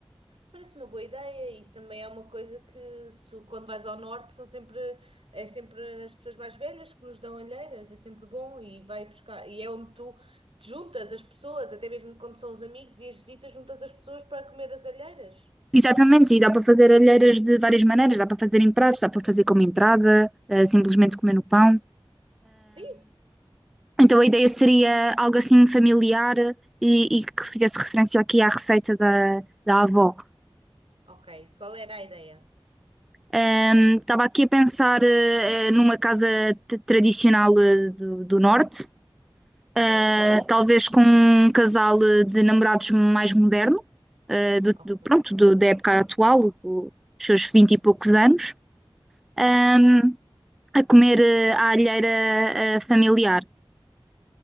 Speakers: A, on the right; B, in the centre.
A: Parece uma boa ideia e também é uma coisa que se tu, quando vais ao norte, são sempre, é sempre as pessoas mais velhas que nos dão alheiras, é sempre bom e vai buscar, e é onde tu te juntas as pessoas, até mesmo quando são os amigos e as visitas, juntas as pessoas para comer as alheiras.
B: Exatamente, e dá para fazer alheiras de várias maneiras, dá para fazer em pratos, dá para fazer como entrada, ah, simplesmente comer no pão.
A: Sim,
B: Então a ideia seria algo assim familiar e, e que fizesse referência aqui à receita da, da avó.
A: Ok. Qual era a ideia?
B: Ahm, estava aqui a pensar eh, eh, numa casa t- tradicional eh, do, do norte,
A: Sim.
B: eh, talvez com um casal eh, de namorados mais moderno, eh, do,
A: Ok.
B: do- pronto, do-
A: Sim.
B: da época atual, do- dos seus vinte e poucos anos, ahm, a comer eh, à alheira eh, familiar.